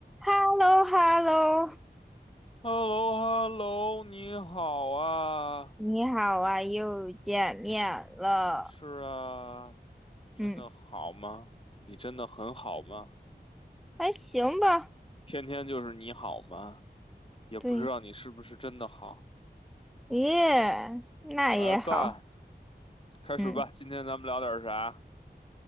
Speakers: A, in the centre; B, on the left (about 30°).
A: h e l l o h e l l o
B: h e l l o h e l l o 你好啊，
A: 你好啊，
B: 你
A: 又见面了。
B: 是啊，真的好吗？
A: 嗯，
B: 你真的很好吗？
A: 还行吧。
B: 天天就是你好吗？也不知道你是不是真的好。
A: 对，耶，那也好。
B: 来吧，开始吧，
A: 嗯，
B: 今天咱们聊点啥？